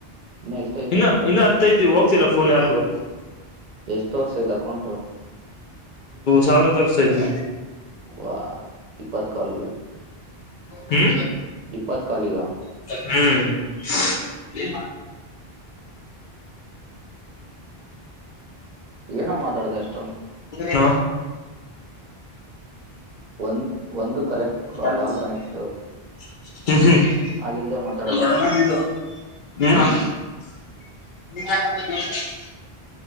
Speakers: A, on the right; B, on the left.
A: ಇನ್ನ ಎಷ್ಟೈತೆ
B: ಇನ್ನ ಇನ್ನ ಹತ್ತೈತಿ ಹೋಗ್ತಿಲ್ಲ ಫೋನ್ ಯಾರಿಗು.
A: ಎಷ್ಟು ತೋರ್ಸ್ತೖತ್ ಅಕೌಂಟು?
B: ಸಾವಿರ ತೋರ್ಸಾಯ್ತೆ.
A: ವಾ ಇಪ್ಪತ್ ಕಾಲ್ಗೆ.
B: ಹ್ಮ
A: ಇಪ್ಪತ್ ಕಾಲಿಗ?
B: ಹ್ಮ್
A: ಏನೋ ಮಾತಾಡ್ದೆ ಅಷ್ಟ್?
B: ಹ
A: ಒಂದು ಒಂದು ಕಲೆಕ್ಟ್
B: ಹ್ಮ
A: ಕಾಲ್ ಕನೆಕ್ಟ್
B: ಹ್ಮ್ ಮ
A: ಆಗಿಲ್ದೆ ಮಾತಾಡದ
B: <unintelligible> ಹ <unintelligible>